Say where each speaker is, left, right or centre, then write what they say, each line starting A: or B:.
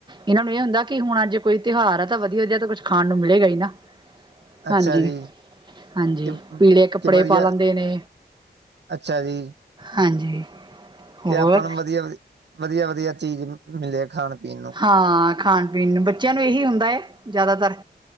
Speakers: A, on the right; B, on the right.
A: ਇਹਨਾਂ ਨੂੰ ਇਹ ਹੁੰਦਾ ਕਿ ਹੁਣ ਅੱਜ ਕੋਈ ਤਿਉਹਾਰ ਆ ਤਾਂ ਵਧੀਆ ਜਿਹਾ ਤਾਂ ਕੁਛ ਖਾਣ ਨੂੰ ਮਿਲੇਗਾ ਹੀ ਨਾ। ਹਾਂਜੀ,
B: ਅੱਛਾ ਜੀ
A: ਹਾਂਜੀ
B: ਕਿ
A: ਪੀਲੇ ਕੱਪੜੇ
B: ਕਿ ਵਧੀਆ
A: ਪਾ ਲੈਂਦੇ ਨੇ
B: ਅੱਛਾ ਜੀ,
A: ਹਾਂਜੀ। ਹੋਰ
B: ਕਿ ਆਪਾਂ ਨੂੰ ਵਧੀਆ, ਵ, ਵਧੀਆ ਵਧੀਆ ਚੀਜ਼ ਮਿਲੇ ਖਾਣ ਪੀਣ ਨੂੰ
A: ਹਾਂ ਖਾਣ ਪੀਣ ਨੂੰ ਬੱਚਿਆਂ ਨੂੰ ਇਹੀ ਹੁੰਦਾ ਹੈ ਜ਼ਿਆਦਾਤਰ